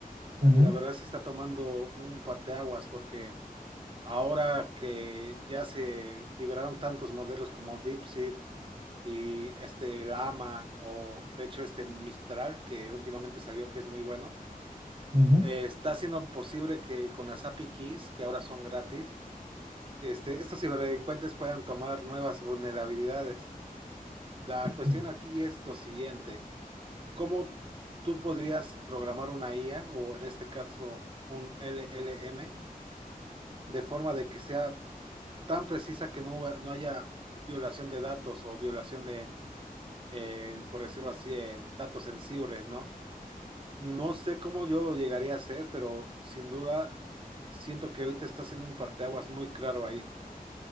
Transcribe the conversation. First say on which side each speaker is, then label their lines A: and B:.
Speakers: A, on the right; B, on the right.
A: Ujú,
B: y la verdad se está tomando un parteaguas porque ahora que ya se liberaron tantos modelos como DeepSeek y este Llama o de hecho este Mistral que últimamente salió que es muy bueno,
A: ujú.
B: eh, está haciendo posible que con las API Keys, que ahora son gratis, este, estos ciberdelincuentes puedan tomar nuevas vulnerabilidades. La cuestión
A: Mm.
B: aquí es lo siguiente, ¿cómo tú podrías programar una IA o en este caso un LLM de forma de que sea tan precisa que no, huba- no haya violación de datos o violación de, en- en, por decirlo así, en datos sensibles, ¿no? No sé cómo yo lo llegaría a hacer, pero sin duda siento que ahorita está haciendo un parteaguas muy claro ahí.